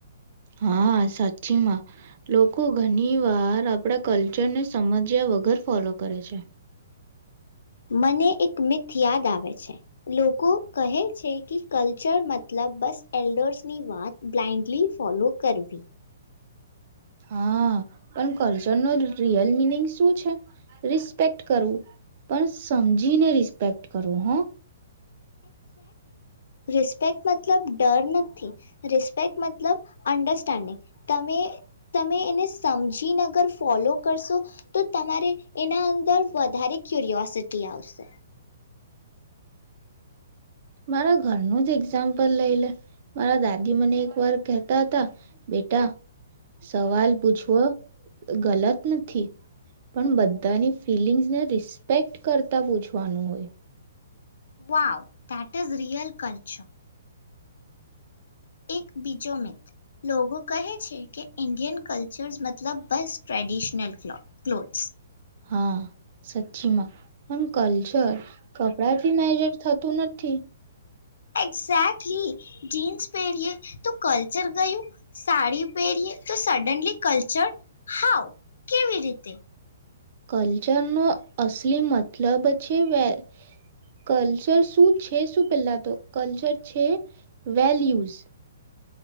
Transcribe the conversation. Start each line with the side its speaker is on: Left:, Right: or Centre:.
Right: હા સાચીમાં લોકો ઘણી વાર આપણા કલ્ચરને સમજ્યા વગર ફોલો કરે છે.
Left: મને એક મિથ યાદ આવે છે લોકો કો કહે છે કે કલ્ચર મતલબ બસ એલ્ડર્સની વાત બ્લાઇન્ડલી ફોલો કરવી.
Right: હા પણ કલ્ચર નો રિયલ મિનિંગ શું છે રિસ્પેક્ટ કરવું પણ સમજીને રિસ્પેક્ટ કરવું હ.
Left: રિસ્પેક્ટ મતલબ ડર નથી રિસ્પેક્ટ મતલબ અંડરસ્ટેન્ડિંગ. તમે તમે એને સમજીને અગર ફોલો કરશો તો તમારે એના અંદર વધારે ક્યુરિયોસિટી આવશે.
Right: મારા ઘરનું જ એક્ઝામ્પલ લઈ લે મારા દાદી મને એક વાર કહેતા હતા બેટા સવાલ પૂછવો ગલત નથી પણ બધાની ફિલિંગ્સ ને રિસ્પેક્ટ કરતા પૂછવાનું હોય.
Left: Wow, that is real culture. એક બીજો મિત લોકો કહે છે કે ઇન્ડિયન કલ્ચર્સ મતલબ બસ ટ્રેડિશનલ ક્લો ક્લોથ્સ
Right: હા, સચી માં પણ કલ્ચર કપડા થી મેજર થતું નથી.
Left: એક્ઝેક્ટલી જીન્સ પહેરીએ તો કલ્ચર ગયું સાડી પહેરીએ તો સડનલી કલ્ચર. હાવ? કેવી રીતે?
Right: કલ્ચરનો અસલી મતલબ છે વે કલ્ચર શું છે શું પહેલા તો? કલ્ચર છે વેલ્યુઝ.